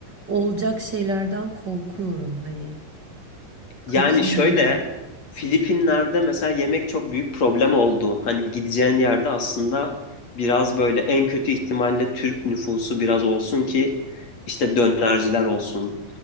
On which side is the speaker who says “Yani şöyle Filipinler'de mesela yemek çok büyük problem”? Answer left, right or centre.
Left